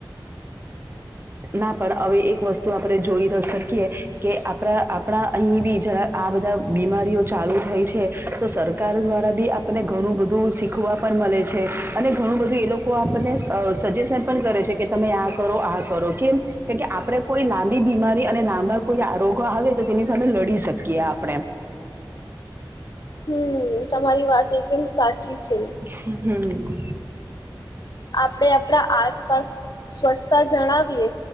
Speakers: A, on the right; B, on the left.
A: ના પણ હવે એક વસ્તુ આપણે જોઈ શકીએ, કે આપણા આપણા અહી બી જરા. આ બધા બીમારીઓ ચાલુ થાય છે. તો સરકાર દ્વારા બી આપને ઘણું બધું ખવા પણ મળે છે. અને ઘણું બધું એ લોકો આપણને સજેશન પણ કરે છે. કે તમે આ કરો આ કરો કેમ. કે કે આપડે કોઈ લાંબી બીમારી અને લાંબા કોઈ આ રોગો આવે તો તેની સામે લડી શકીએ આપણે.
B: હમ્મ તમારી વાત એકદમ સાચી છે.
A: <unintelligible>
B: આપણે આપણા આસપાસ સ્વચ્છતા જણાવીએ